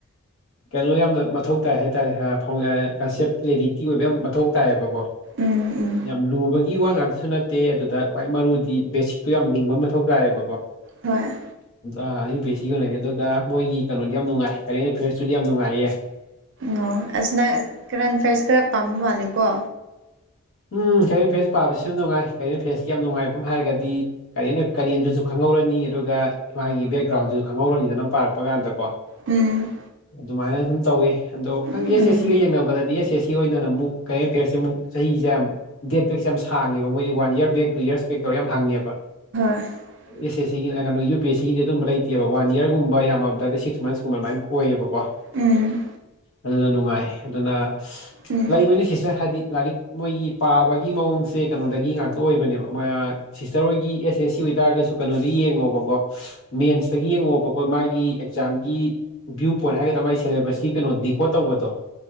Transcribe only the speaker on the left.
ꯀꯩꯅꯣ ꯌꯥꯝꯅ ꯃꯊꯧ ꯇꯥꯏ ꯍꯥꯏꯇꯥꯔꯦ ꯍꯥ ꯐꯥꯎ ꯑꯑ ꯀꯟꯁꯦꯞ ꯀ꯭ꯂꯦꯔꯤꯇꯤ ꯑꯣꯏꯕ ꯌꯥꯝ ꯃꯊꯧ ꯇꯥꯏꯌꯦꯕꯀꯣ
ꯌꯥꯝ ꯂꯨꯕꯒꯤ ꯒꯤ ꯋꯥ ꯉꯥꯛꯁꯨ ꯅꯠꯇꯦ ꯑꯗꯨꯗ ꯈ꯭ꯋꯥꯏ ꯃꯔꯨꯗꯤ ꯕꯦꯁꯤꯛꯇꯣ ꯌꯥꯝ ꯂꯤꯡꯕ ꯑꯝ ꯃꯊꯧ ꯇꯥꯏꯌꯦꯕꯀꯣ
ꯑꯥ ꯌꯨ ꯄꯤ ꯑꯦꯁ ꯁꯤꯒꯤ ꯑꯣꯏꯅꯗꯤ ꯑꯗꯨꯒ ꯃꯣꯏꯒꯤ ꯀꯩꯅꯣꯗꯤ ꯌꯥꯝ ꯅꯨꯡꯉꯥꯏ ꯀꯔꯦꯟ ꯔꯤꯐꯤꯌ꯭ꯔꯁꯇꯨꯗꯤ ꯌꯥꯝ ꯅꯨꯡꯉꯥꯏꯌꯦ
ꯎꯝ ꯀꯩꯔꯦꯟ ꯐ꯭ꯔꯦꯁ ꯄꯥꯕꯁꯨ ꯅꯨꯡꯉꯥꯏ ꯀꯩꯔꯦꯟ ꯐ꯭ꯔꯦꯁꯀꯤ ꯌꯥꯝ ꯅꯨꯡꯉꯥꯏꯕ ꯑꯝ ꯍꯥꯏꯔꯒꯗꯤ ꯀꯔꯦꯟ ꯀꯔꯦꯟꯗꯨꯁꯨ ꯈꯪꯍꯧꯔꯅꯤ ꯑꯗꯨꯒ ꯃꯥꯒꯤ ꯕꯦꯛꯒ꯭ꯔꯥꯎꯟꯗꯨꯖꯨ ꯈꯪꯍꯧꯔꯅꯤꯗꯅꯥ ꯄꯥꯔꯛꯄ ꯀꯥꯟꯗꯀꯣ
ꯑꯗꯨꯃꯥꯏꯅ ꯑꯗꯨꯝ ꯇꯧꯋꯤ ꯑꯗꯣ ꯈꯪꯗꯦ
ꯑꯦꯁ ꯑꯦꯁ ꯁꯤꯒ ꯌꯦꯡꯅꯕꯗꯗꯤ ꯑꯦꯁ ꯑꯦꯁ ꯁꯤ ꯑꯣꯏꯅ ꯑꯃꯨꯛ ꯀꯔꯦꯟ ꯑꯦꯐꯤꯌꯔꯁꯦ ꯑꯃꯨꯛ ꯆꯍꯤ ꯌꯥꯝ ꯗꯦꯠ ꯕꯦꯛꯁꯦ ꯌꯥꯝ ꯁꯥꯡꯉꯦꯕ ꯃꯣꯏꯗꯤ one year back two years back ꯇꯧꯔ ꯌꯥꯝ ꯍꯪꯉꯦꯕ
ꯑꯦꯁ ꯑꯦꯁ ꯁꯤꯒꯤꯅ ꯑ ꯀꯩꯅꯣ ꯌꯨ ꯄꯤ ꯑꯦꯁ ꯁꯤꯒꯤꯗꯤ ꯑꯗꯨꯝꯕ ꯂꯩꯇꯦꯕ ꯋꯥꯟ ꯢꯌꯥꯔꯒꯨꯝꯕ ꯌꯥꯝꯃꯕꯗꯗꯤ ꯁꯤꯛꯁ ꯃꯟꯁ ꯒꯨꯝꯕ ꯑꯗꯨꯃꯥꯏꯅ ꯑꯣꯏꯌꯦꯕꯀꯣ
ꯑꯗꯨꯅ ꯅꯨꯡꯉꯥꯏ ꯑꯗꯨꯅ
ꯂꯩꯕꯅꯤ ꯁꯤꯁꯇꯔ ꯍꯥꯏꯗꯤ ꯂꯥꯏꯔꯤꯛ ꯃꯣꯏꯒꯤ ꯄꯥꯕꯒꯤ ꯃꯑꯣꯡꯁꯦ ꯀꯩꯅꯣꯗꯒꯤ ꯉꯥꯛꯇ ꯑꯣꯏꯕꯅꯦꯕ ꯃꯣꯢ ꯑ ꯁꯤꯁꯇꯔ ꯍꯣꯏꯒꯤ ꯑꯦꯁ ꯑꯦꯁ ꯁꯤ ꯑꯣꯏꯇꯥꯔꯒꯁꯨ ꯀꯩꯅꯣꯗ ꯌꯦꯡꯉꯣꯕꯀꯣ ꯃꯦꯟꯁꯇꯒꯤ ꯌꯦꯡꯉꯣ ꯕꯀꯣ ꯃꯥꯒꯤ ꯑꯦꯛꯖꯥꯝꯒꯤ ꯚ꯭ꯌꯨ ꯄꯣꯏꯟ ꯍꯥꯏꯒꯗ꯭ꯔꯥ ꯃꯥꯒꯤ ꯁꯦꯂꯦꯕꯁꯀꯤ ꯀꯩꯅꯣ ꯗꯤꯀꯣꯠ ꯇꯧꯕꯗꯣ